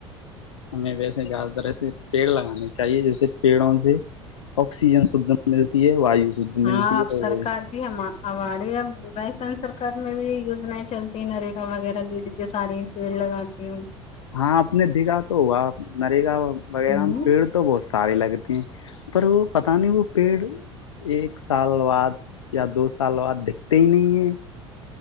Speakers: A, on the left; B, on the left.
A: ہمیں ویسے زیادہ تر ایے پیڑ لگانے چاہیے جیسے پیڑوں سے آکسیجن شھ ملتی ہے وایو شھ
B: ہاں
A: ملتی
B: اب
A: ہے اور
B: سرکار بھی ہم ہم وائس سرکار میں بھی یجنائیں چلتی ہیں ن رگا وغیرہ ساری فی لگاتی
A: ہاں اپ نے دکھا تو ہوا نریگا وغیرہ
B: ہ
A: میں پیڑ تو بہت ساری لگتی ہیں پر وہ پت نہیں وہ پیڑ ایک سال بعد یا دو سال بعد دکھتے ہی نہیں ہیں